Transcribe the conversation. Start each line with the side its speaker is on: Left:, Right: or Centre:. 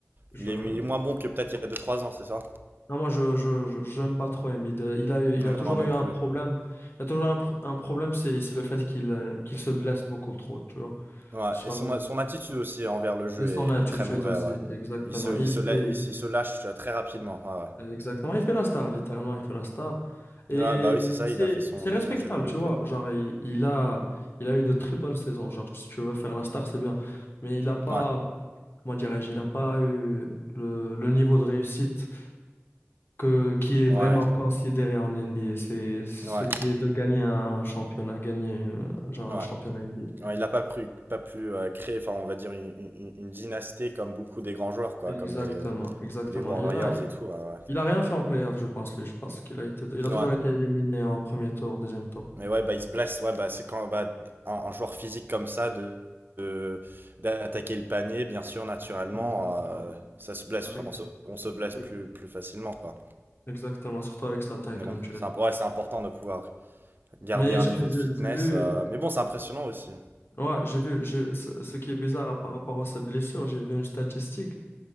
Left: je,
Right: il est, il est moins bon que peut-être il y a deux, trois ans, c'est ça?
Left: non, moi, je, je, je- j'aime pas trop Embiid. Euh, Il a eu, il
Right: Non,
Left: a toujours
Right: non
Left: eu un
Right: plus.
Left: problème. Il a toujours eu un, pro- un problème, c'est, c'est le fait qu'il, euh, qu'il se blesse beaucoup trop, tu vois
Right: Ouais,
Left: sur-
Right: et son, son attitude aussi envers le jeu
Left: Et son
Right: est,
Left: attitude
Right: est très mauvaise,
Left: aussi,
Right: ouais.
Left: exactement.
Right: Il se,
Left: Il
Right: il se, la-
Left: fait,
Right: il, se il se lâche très rapidement, ouais,
Left: euh, exactement, il fait la star, littéralement, il fait la star. Et
Right: ouais. Ouais, bah oui, c'est ça,
Left: c'est,
Right: il a fait son
Left: c'est
Right: déclencher
Left: respectable,
Right: l'MVP.
Left: tu vois. Genre, il, il a, il a eu de très bonnes saisons. Genre, si tu veux faire la star, c'est bien. Mais il n'a pas,
Right: Ouais,
Left: comment dirais-je, il n'a pas eu le, le niveau de réussite que, qui est
Right: ouais,
Left: vraiment considéré en NBA. C'est c'est
Right: ouais,
Left: ce qui est de gagner un championnat, gagner une- genre
Right: ouais.
Left: un championnat NBA.
Right: Ouais, il n'a pas pu, pas pu euh, créer, enfin, on va dire, une, une- une dynastie comme beaucoup des grands joueurs, quoi,
Left: Exactement,
Right: comme les,
Left: exactement.
Right: Les Warriors
Left: Il a,
Right: et tout, ouais. ouais.
Left: Il a rien fait en playoff, je pense, lui. Je pense qu'il a été, il a
Right: Ouais.
Left: toujours été éliminé en premier tour, deuxième tour.
Right: Mais ouais, bah, il se blesse. Ouais, bah, c'est quand bah, un, un joueur physique comme ça, de, de- d'attaquer le panier, bien sûr, naturellement,
Left: Exactement.
Right: euh, ça se blesse.
Left: Avec,
Right: Enfin, On se, on se blesse
Left: avec-
Right: plus, plus facilement, quoi.
Left: Exactement, surtout avec sa taille,
Right: Mais
Left: comme
Right: bon,
Left: tu
Right: c'est
Left: as dit.
Right: imp- ouais, c'est important de pouvoir garder
Left: Mais
Right: un
Left: j'ai
Right: niveau
Left: j'ai-
Right: de fitness.
Left: j'ai vu,
Right: euh, mais bon, c'est impressionnant aussi.
Left: ouais, j'ai vu, j'ai- ce, ce qui est bizarre à- par rapport à sa blessure, j'ai vu une statistique.